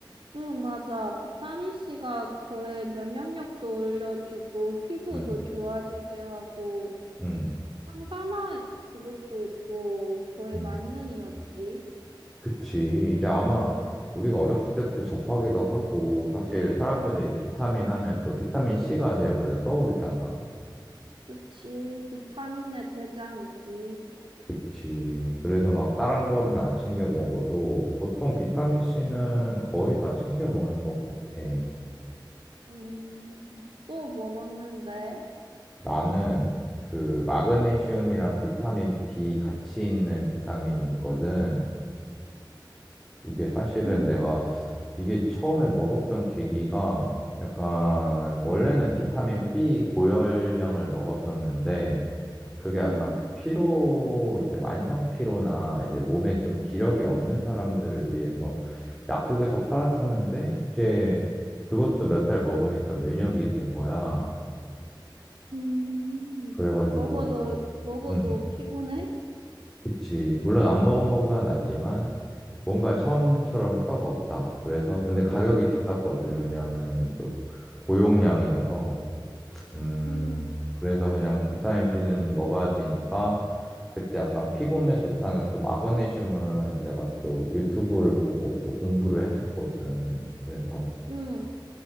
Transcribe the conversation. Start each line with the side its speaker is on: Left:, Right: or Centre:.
Right: 응, 맞아. 비타민C가 거의 면역력도 올려주고, 피부도
Centre: 음,
Right: 좋아지게 하고,
Centre: 음,
Right: 항산화 그것도 있고 거의
Centre: 음.
Right: 만능이었지.
Centre: 그치. 이제 아마 우리가 어렸을 때부터 접하기도 하고, 사실 사람들이 비타민 하면 또 비타민 C가 제일 먼저 떠오르잖아.
Right: 그치. 비타민의 대장이지.
Centre: 그치. 그래서 막 다른 거는 안 챙겨 먹어도 보통 비타민 C는 거의 다 챙겨 먹는 것 같아.
Right: 음, 또 뭐 먹는데?
Centre: 나는 그 마그네슘이랑 비타민 B 같이 있는 비타민이 있거든. 이게 사실은
Right: 응,
Centre: 내가 이게 처음에 먹었던 계기가 약간 원래는 비타민 B 고열량을 먹었었는데 그게
Right: 응,
Centre: 약간 피로 이제 만성 피로나 이제 몸에 좀 기력이 없는 사람들을 위해서 약국에서 팔았었는데 이제 그것도 몇 달 먹으니까 면역이 된 거야.
Right: 음.
Centre: 그래가지고
Right: 먹어도, 먹어도
Centre: 응.
Right: 피곤해?
Centre: 그치. 물론 안 먹은 것보단
Right: 음.
Centre: 낫지만 뭔가 처음처럼 효과가 없다. 그래서, 근데 가격이 비쌌거든. 왜냐하면은 또 고용량이어서, 음,
Right: 응,
Centre: 그래서 그냥 비타민 B는 먹어야 되니까, 그때 약간 피곤에 좋다는 또 마그네슘을 내가 또 유튜브를 보고 또 공부를 했었거든. 그래서
Right: 응.